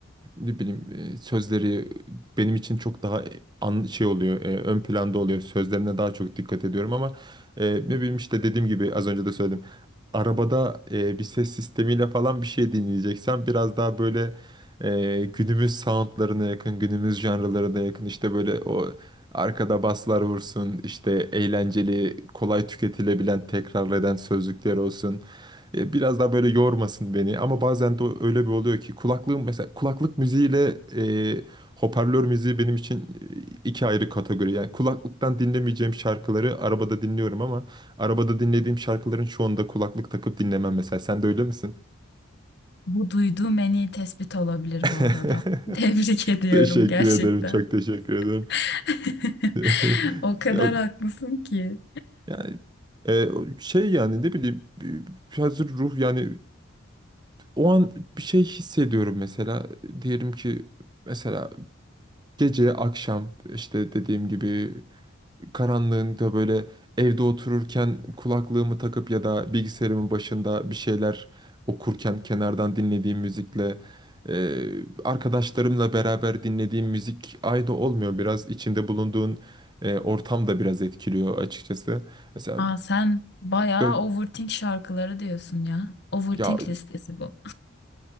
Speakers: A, on the right; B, on the left.
A: ne bileyim e, sözleri benim için çok daha e, an, şey oluyor. e, ön planda oluyor. Sözlerine daha çok dikkat ediyorum ama e, ne bileyim işte dediğim gibi az önce de söyledim arabada e, bir ses sistemiyle falan bir şey dinleyeceksen biraz daha böyle e, günümüz soundlarına yakın, günümüz janralarına yakın işte böyle o arkada baslar vursun, işte eğlenceli, kolay tüketilebilen, tekrarlayan sözlükler olsun. E, Biraz daha böyle yormasın beni ama bazen de öyle bir oluyor ki kulaklığım mesela kulaklık müziğiyle e, hoparlör müziği benim için e, iki ayrı kategori. Yani kulaklıktan dinlemeyeceğim şarkıları arabada dinliyorum ama arabada dinlediğim şarkıların çoğunda kulaklık takıp dinlemem mesela. Sen de öyle misin?
B: Bu duyduğum en iyi tespit olabilir
A: <laughs>
B: bu arada. <laughs> Tebrik ediyorum
A: Teşekkür
B: gerçekten.
A: ederim. Çok teşekkür ederim.
B: <laughs>
A: <laughs>
B: O kadar
A: Ya-
B: haklısın ki.
A: Yani e, şey yani ne bileyim e, hazır ruh yani o an bir şey hissediyorum mesela diyelim ki mesela Gece, akşam işte dediğim gibi karanlığında böyle evde otururken kulaklığımı takıp ya da bilgisayarımın başında bir şeyler okurken kenardan dinlediğim müzikle e, arkadaşlarımla beraber dinlediğim müzik aynı olmuyor. Biraz içinde bulunduğun e, ortam da biraz etkiliyor açıkçası. Mesela
B: Aa, sen bayağı
A: dört
B: overthink şarkıları diyorsun ya. Overthink
A: ya
B: listesi bu.